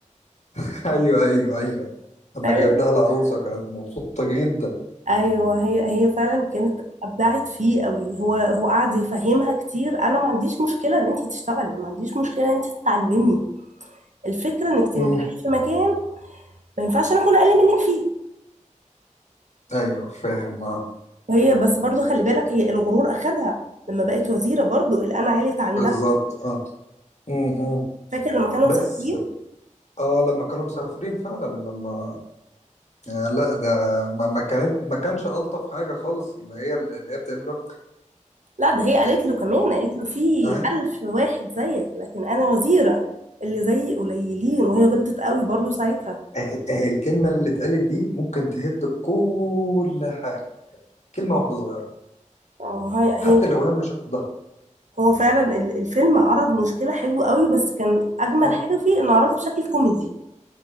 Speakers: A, on the left (about 60°); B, on the right (about 70°).
A: <laughs> ايوه ايوه ايوه لما
B: فعلا
A: جاب لها العروسه كانت مبسوطه جدا
B: ايوه هي هي فعلا كانت ابدعت فيه قوي هو هو قعد يفهمها كتير انا ما عنديش مشكله ان انت تشتغلي ما عنديش مشكله ان انت تتعلمي الفكره انك تنجحي
A: م.
B: في مكان ما ينفعش انا اكون اقل منك فيه
A: ايوه فاهم اه
B: وهي بس برضو خلي بالك هي الغرور اخدها لما بقت وزيره برضو القلعه عليت عندها
A: بالظبط اه امم إمم.
B: فاكر لما كانوا
A: بس
B: مسافرين
A: اه لما كانوا مسافرين فعلا لما آه لا ده ما ما كانت ما كانش الطف حاجه خالص اللي هي اللي هي بتعمله
B: لا ده هي قالت له كمان قالت له في
A: اه
B: ألف واحد زيك لكن انا وزيره اللي زيي قليلين وهي غلطت قوي برضو ساعتها
A: اه اه الكلمه اللي اتقالت دي ممكن تهد كل حاجه كلمه واحده صغيره
B: آه، ما هي هي
A: حتى لو هي مش قصدها
B: هو فعلا ال- الفيلم عرض مشكله حلوه قوي بس كان اجمل
A: مم.
B: حاجه فيه انه عرضها بشكل كوميدي